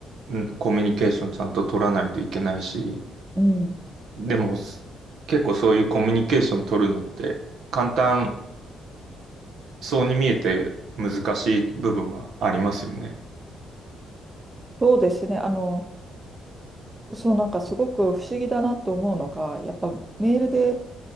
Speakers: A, on the right (about 70°); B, on the right (about 20°).
A: うんコミュニケーションちゃんと取らないといけないし、
B: うん、うん
A: でも、す結構そういうコミュニケーション取るのって簡単そうに見えて難しい部分はありますよね。
B: そうですね。あの、そうなんかすごく不思議だなと思うのが、やっぱメールで